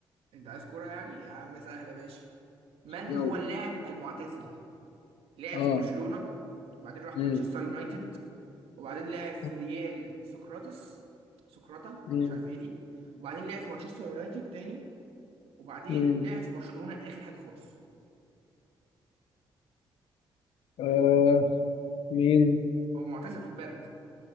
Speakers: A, on the right; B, on the left.
A: انت عايز كوره يعني يا عم سهله ماشي من
B: يلا
A: هو اللاعب المعتزل
B: <laughs>
A: لعب
B: اه
A: في برشلونه وبعدين راح
B: مم.
A: مانشستر يونايتد وبعدين لعب في
B: طب
A: ريال سقراطس سقراطه انا
B: مم.
A: مش عارف ايه دي وبعدين لعب في مانشستر يونايتد تاني وبعدين
B: مم.
A: لعب في برشلونة آخر حاجة خالص
B: آه مين
A: هو معتزل خد بالك